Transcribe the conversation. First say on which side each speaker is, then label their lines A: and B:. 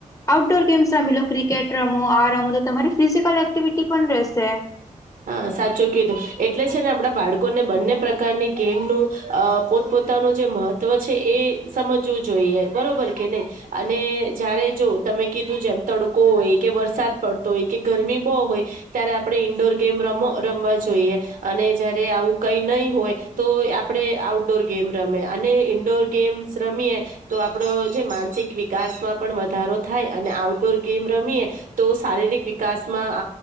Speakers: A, on the left; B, on the right.
A: આઉટડોર ગેમ્સ રમી લો ક્રિકેટ રમો આ રમો તો તમારી ફિઝિકલ એક્ટિવિટી પણ રહેશે
B: હા સાચું કીધું એટલે છે ને આપ બ લોકોને બંને પ્રકારની ગેમનું અ પોતપોતાનું જે મહત્વ છે એ સમજવું જોઈએ બરોબર કે નહી અને જય્યારે જો તમે કીધું જેમ તડકો હોય કે વરસાદ પડતો હોય કે ગરમી બહુ હોય ત્યારે આપણે ઈન્ડોર ર રમવા જોઈએ અને જયારે આવું કઈ નહી હોય તો આપડે આઉટડોર ગેમ રમે અને ઈન્ડોર ગેમ્સ રમીએ તો આપડો જે માનસિક વિકાસમાં પણ વધારો થાય અને આઉટડોર ગેમ રમીએ તો શારીરિક વિકાસમાં